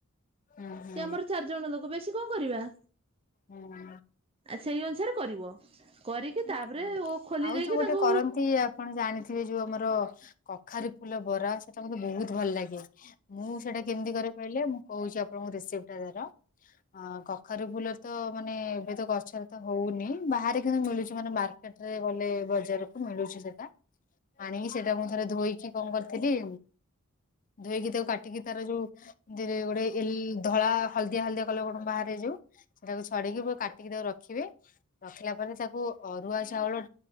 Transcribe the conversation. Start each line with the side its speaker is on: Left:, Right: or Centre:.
Left: ହୁଁ ହୁଁ,
Right: କି ଆମର ଚାରିଜଣ ଲୋକ ବେଶୀ କଣ କରିବା।
Left: ହୁଁ
Right: ଆ ସେଇ ଅନୁସାରେ କରିବ କରିକି ତାପରେ
Left: ହଁ
Right: ଓ ଖୋଲି
Left: ଆଉ
Right: ଦେଇକି
Left: ଯୋଉ ଗୋଟେ
Right: ତାର
Left: କରନ୍ତି ଆପଣ ଜାଣିଥିବେ ଯୋଉ ଆମର କଖାରୁ ଫୁଲ ବରା ସେଇଟା ମତେ ବହୁତ ଭଲ ଲାଗେ ମୁଁ ସେଇଟା କେମିତି କରେ କହିଲେ ମୁଁ କହୁଛି ଆପଣଙ୍କୁ ରେସିପି ତାର ହଁ କଖାରୁ ଫୁଲ ତ ମାନେ ଏବେ ତ ଗଛରେ ତ ହଉନି ବାହାରେ କିନ୍ତୁ ମିଳୁଛି ମାନେ ମାର୍କେଟ ରେ ଗଲେ ବଜାରକୁ ମିଳୁଛି ସେଟା ଆଣିକି ସେଇଟା ମୁଁ ଥରେ ଧୋଇକି କଣ କରିଥିଲି ଧୋଇକି ତାକୁ କାଟିକି ତାର ଯୋଉ ଧ୍ଲ ରେ ଗୋଟେ ଧଳା ହଳଦିଆ ହଳଦଆ କଲ କଣ ବାହାରେ ଯୋଉ ସେଟାକୁ ଛଡିକି ତାକୁ କାଟିକି ତାକୁ ରଖିବେ ରଖିଲା ପରେ ତାକୁ ଅରୁଆ ଚାଉଳ